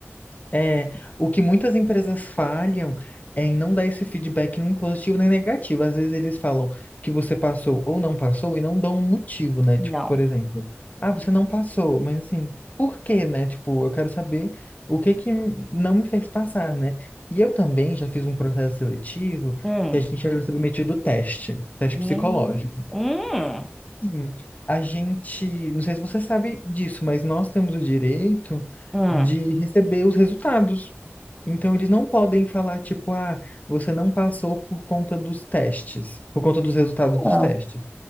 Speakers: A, on the left; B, in the centre.
A: É, o que muitas empresas falham é em não dar esse feedback nem positivo nem negativo. Às vezes eles falam que você passou ou não passou e não dão um motivo, né?
B: Não.
A: Tipo, por exemplo, ah, você não passou, mas assim, por quê, né? Tipo, eu quero saber o que que não me fez passar, né? E eu também já fiz um processo seletivo
B: Hum.
A: que a gente era submetido ao teste, teste
B: Hum,
A: psicológico.
B: hum.
A: Sim, a gente, não sei se você sabe disso, mas nós temos o direito
B: hum.
A: de receber os resultados. Então, eles não podem falar, tipo, ah, você não passou por conta dos testes, por conta dos resultados dos
B: Ah,
A: testes.